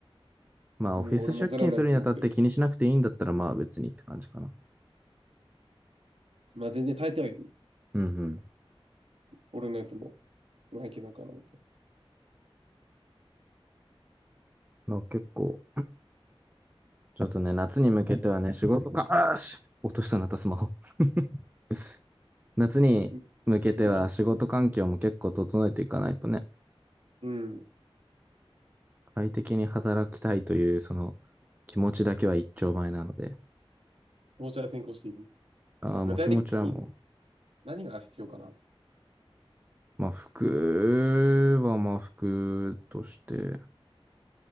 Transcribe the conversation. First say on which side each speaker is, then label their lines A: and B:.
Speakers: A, on the right; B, on the right.
A: まあオフィス出勤するにあたって気にしなくていいんだったらまあ別にって感じかな。
B: うん、俺もザラのやつ持ってる。まあ全然耐えてはいる。
A: うんうん。
B: 俺のやつも。まあいけなくはないってやつ。
A: の結構、ちょっとね、夏に向けてはね、仕事か、あーし、落としたなったスマホ。<laughs> 夏に向けては仕事環境も結構整えていかないとね、
B: うんあ、うん。
A: 快適に働きたいという、その気持ちだけは一丁前なので、
B: どちら先行している。
A: ああ、
B: 具体的に
A: もう気持ちはも
B: 何何が必要かな。
A: う、まあ服はまあ服として、